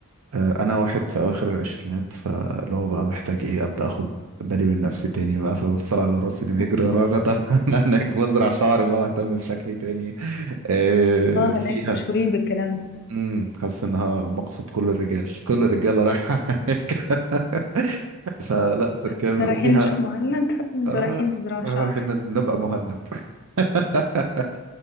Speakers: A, on the right; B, on the left.
A: آه، انا واحد في اواخر العشرينات فاللي هو بقى محتاج ايه ابدا اخد بالي من نفسي تاني بقى في الصراع على راسي اللي بيجري
B: م-
A: ورانا
B: م.
A: طب <laughs> انا هناك بزرع شعر بقى واهتم بشكلي تاني آه،
B: اه
A: فيها
B: هناك مشهورين بالكلام ده
A: امم حاسس انها مقصد كل الرجال كل الرجاله رايحه هناك <laughs> فلا تركيا
B: احنا
A: من-
B: رايحين
A: وفيها
B: نشوف مهند وانتوا
A: اه
B: رايحين تزرعوا شعر
A: احنا رايحين نز- نبقى مهند <laughs>